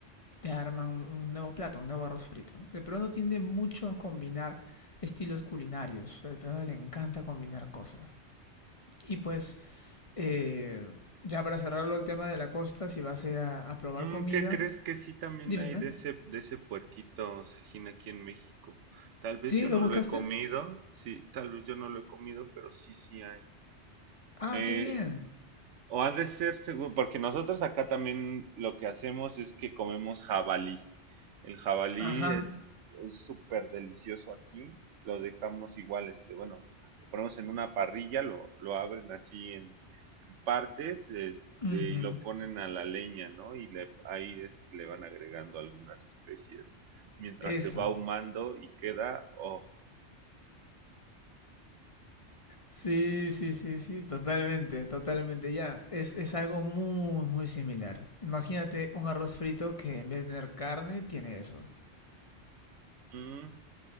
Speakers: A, on the left; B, on the right.
A: te arman un nuevo plato, un nuevo arroz frito, ¿no? El peruano tiende mucho a combinar estilos culinarios. Al peruano le encanta combinar cosas. Y pues, eh, ya para cerrarlo el tema de la costa, si vas a ir a, a probar
B: Mm,
A: comida,
B: ¿qué crees que sí también
A: Dime,
B: hay
A: dime.
B: de ese, de ese puerquito Sajín aquí en México? Tal vez
A: ¿Sí?
B: yo
A: ¿Lo
B: no
A: buscaste?
B: lo he comido. Sí, tal vez yo no lo he comido, pero sí, sí hay.
A: Ah,
B: Eh,
A: qué bien.
B: O ha de ser seguro, porque nosotros acá también lo que hacemos es que comemos jabalí. El jabalí
A: Ajá.
B: es es súper delicioso aquí. Lo dejamos igual, este, bueno, lo ponemos en una parrilla, lo, lo abren así en, en partes, este,
A: Ujú.
B: y lo ponen a la leña, ¿no? Y le, ahí este, le van agregando algunas especies mientras
A: Eso.
B: se va ahumando y queda, oh,
A: Sí, sí, sí, sí, totalmente, totalmente. Ya, es, es algo muy, muy similar. Imagínate un arroz frito que en vez de tener carne, tiene eso.
B: mm,